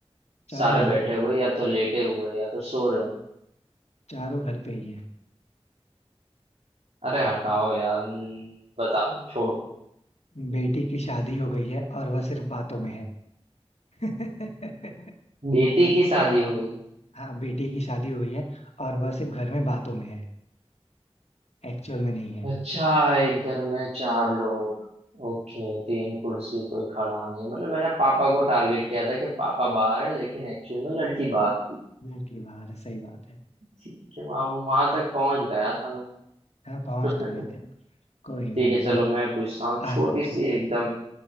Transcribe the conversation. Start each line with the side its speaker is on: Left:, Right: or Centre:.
Left: चारों
Right: सारे
Left: घर
Right: बैठे
Left: पे ही
Right: हुए
Left: है
Right: या तो लेटे हुए या तो सो रहे होंगे
Left: चारों घर पे ही है
Right: अरे हटाओ यार न- बताओ छोड़ो
Left: बेटी की शादी हो गई है और वह सिर्फ बातों में है <laughs>
Right: बेटी की शादी हो गई
Left: हाँ बेटी की शादी हो गई है और वह सिर्फ घर में बातों में है एक्चुअल में नहीं है
Right: अच्छा एक घर में चार लोग ओके तीन कुर्सी कोई खड़ा नहीं मतलब मैंने पापा को टारगेट किया था कि पापा बाहर है लेकिन एक्चुअली में लड़की बाहर थी
Left: घर के बाहर है सही बात है
Right: ठीक है वहां वहां तक पहुंच गया था मैं
Left: हाँ पहुंच
Right: <laughs>
Left: तो गए थे आप कोई नहीं
Right: ठीक है
Left: अभी
Right: चलो
Left: आप
Right: मैं पूछता हूँ छोटी
Left: आप पूछो
Right: सी
Left: ठीक
Right: एकदम
Left: है।